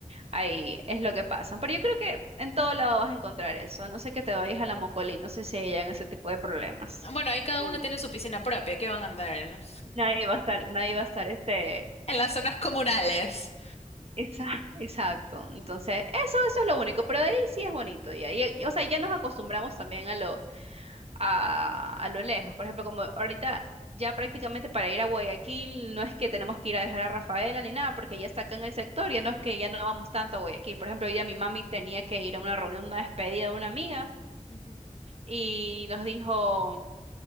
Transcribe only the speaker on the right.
Ahí es lo que pasa. Pero yo creo que en todo lado vas a encontrar eso. A No sé que te vayas a la Mocolí, no sé si hayan ese tipo de problemas.
Mm.
Nadie va a estar, nadie va a estar este.
Esa, <laughs> exacto. Entonces, eso, eso es lo único. Pero de ahí sí es bonito. Y ahí, y- o sea, ya nos acostumbramos también a lo, a, a lo lejos. Por ejemplo, como ahorita ya prácticamente para ir a Guayaquil no es que tenemos que ir a dejar a Rafaela ni nada, porque ya está acá en el sector, ya no es que ya no vamos tanto a Guayaquil. Por ejemplo, hoy día mi mami tenía que ir a una reunión, una despedida de una amiga.
y nos dijo,